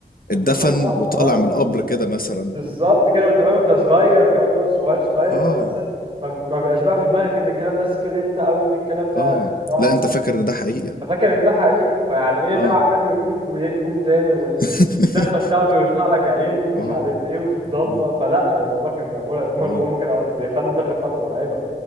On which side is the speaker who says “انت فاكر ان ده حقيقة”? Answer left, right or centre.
Left